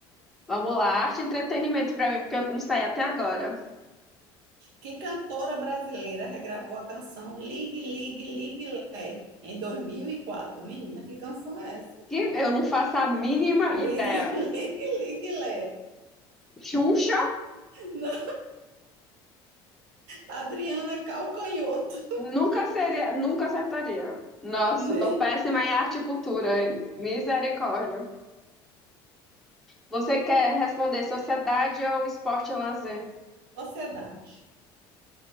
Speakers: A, in the centre; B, on the right.
A: Vamos lá, arte e entretenimento pra mim, porque eu não sei até agora.
B: Que cantora brasileira regravou a canção Ligue, Ligue, Ligue Lé em 2004? Menina, que canção é essa?
A: Que eu não faço a mínima
B: Ligue,
A: ideia.
B: <laughs> Ligue, Ligue Lé.
A: Xuxa,
B: Não, Adriana Calcanhoto.
A: nunca seria, nunca acertaria. Nossa,
B: <laughs> Menina.
A: tô péssima em arte e cultura, hein? Misericórdia. Você quer responder sociedade ou esporte e lazer?
B: Sociedade.